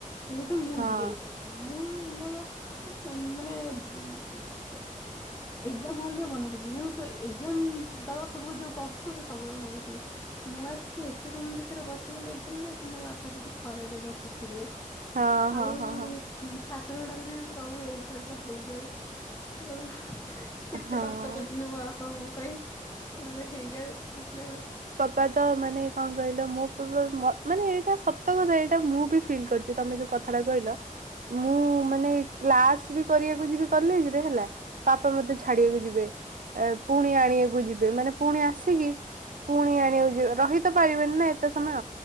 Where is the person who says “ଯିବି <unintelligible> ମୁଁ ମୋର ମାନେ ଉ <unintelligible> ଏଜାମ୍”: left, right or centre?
Left